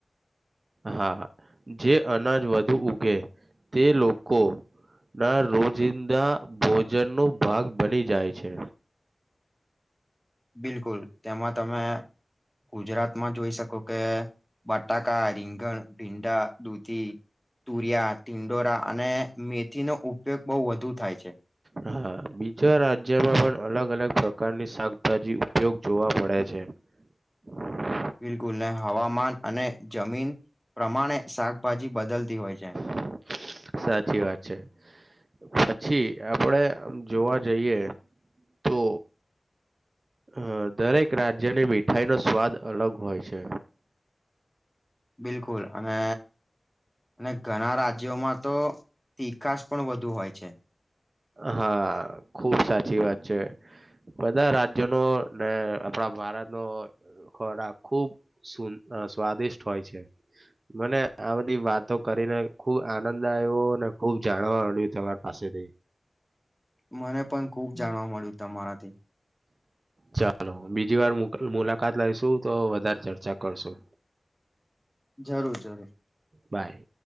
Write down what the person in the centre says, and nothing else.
બિલકુલ તેમાં તમે ગુજરાતમાં જોઈ શકો કે બટાકા રીંગણ ભીંડા દૂધી તુરિયા તિંડોરા અને મેથીનોો ઉપયોગ બહુ વધુ થાય છે
બિલકુલ નહી હવામાન અને જમીન પ્રમાણે શાકભાજી બદલતી હોય છે
બિલકુલ અને અને ઘણા રાજ્યોમાં તો તી ખાસ પણ વધુ હોય છે
મને પણ ખુબ જાણવા મળ્યું તમારાથી
જરૂર જરૂર